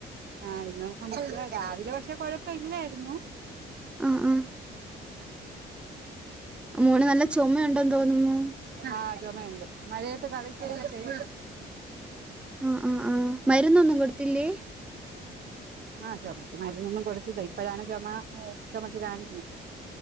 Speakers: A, on the right; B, in the centre.
A: ആഹ് ഇന്നും നമക്ക്‌ രാവിലെ പക്ഷെ കൊഴപ്പയില്ലാരുന്നു.
B: ആഹ് ആഹ് മോന് നല്ല ചുമയുണ്ടെന്ന് തോന്ന്ന്നു.
A: ആഹ് ചൊമയൊണ്ട് മഴയത്ത് കളിച്ചൊക്കെ ചെയ്
B: ആഹ് ആഹ് ആഹ് മരുന്നൊന്നും കൊടുത്തില്ലേ?
A: ആഹ് ചൊമക്ക്‌ മരുന്നൊന്നും കൊട്ത്തില്ല ഇപ്പഴാണ് ചൊമ ഏഹ് ചൊമച്ച് കാണിക്ക്ണേ.